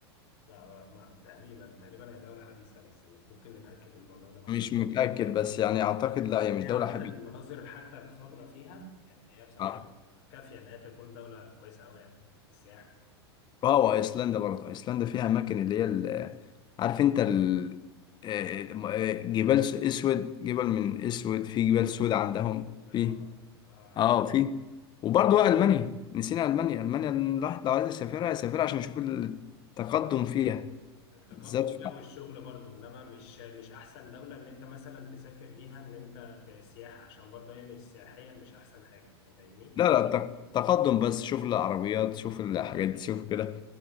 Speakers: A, on the left (about 55°); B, on the left (about 35°).
A: لا ما تقريبا تقريبا هي دوله حبيسه بس مش ممكن نتاكد من الموضوع ده بعد
B: مش
A: كده
B: متاكد بس يعني اعتقد لا هي مش
A: هي
B: دوله
A: عامة
B: حبيسه
A: المناظر حتى الخضراء فيها يعني هي بصراحة
B: آه.
A: كافية إن هي تكون دولة كويسة أوي يعني للسياحة
B: اه وايسلندا برضه ايسلندا فيها اماكن اللي هي ال- عارف انت ال آه، م- آه، جبال س- اسود جبل من اسود في جبال سود عندهم
A: اه
B: في
A: اه عارف
B: اه في وبرضه بقى المانيا نسينا المانيا المانيا الواحد لو عايز يسافرها يسافرها عشان يشوف التقدم فيها
A: التقدم
B: بالذات
A: فيها
B: في
A: والشغل برضو إنما مش مش أحسن دولة إن أنت مثلا تسافر ليها إن أنت ت- سياحة عشان برضو هي مش سياحيا مش أحسن حاجة أنت فاهمني
B: لا
A: يعني
B: لا الت- تقدم بس شوف العربيات شوف الحاجات دي شوف كده